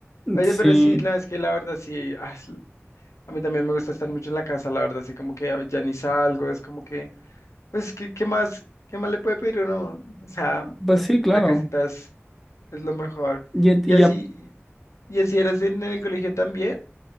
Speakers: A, on the left; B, in the centre.
A: Oye,
B: Sí,
A: pero sí, no, es que la verdad sí, ah, es- a mí también me gusta estar mucho en la casa, la verdad, así como que ah, ya ni salgo, es como que, pues, ¿qué, qué más, qué más le puede pedir uno? O sea, no
B: pues
A: sé,
B: sí, claro.
A: la casita es, es lo mejor.
B: Y, en-
A: Y
B: y
A: así,
B: ya,
A: y así eras en el colegio también.